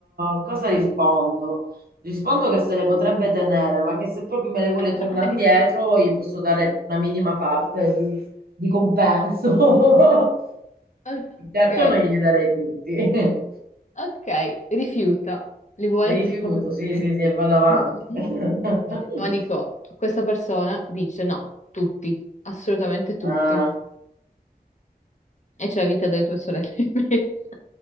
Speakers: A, on the right; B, on the left.
A: eh, cosa rispondo? Rispondo che se le potrebbe tenere, ma che se proprio me le vuole tornare
B: Dai.
A: indietro, gli posso dare una minima parte di, di compenso. <laughs>
B: Ok,
A: Certo non glieli darei tutti. <laughs>
B: ok, rifiuta, li vuole
A: Rifiuto,
B: tu- proprio
A: sì,
B: tutti.
A: sì, sì, e vado avanti.
B: Mm, mm, mm.
A: <laughs>
B: Ma dico, questa persona dice no, tutti, assolutamente tutti.
A: Ah.
B: E c'è la vita delle tue sorelle in mezzo.